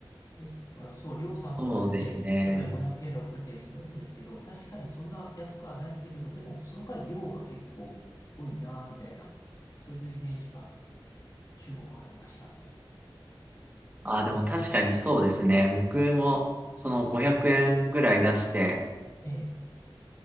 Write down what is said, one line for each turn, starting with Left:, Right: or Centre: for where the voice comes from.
Left: ですから、そう、りょうさんと同じで、
Right: そうですね。
Left: やっぱり500円、600円するんですけど、確かにそんな安くはないけれど、でも、その代わり量が結構多いな、みたいな、そういうイメージが中国ありましたね。
Right: あ、でも確かにそうですね。
Left: うん。
Right: 僕も、
Left: うん
Right: その500円ぐらい出して、
Left: ええ。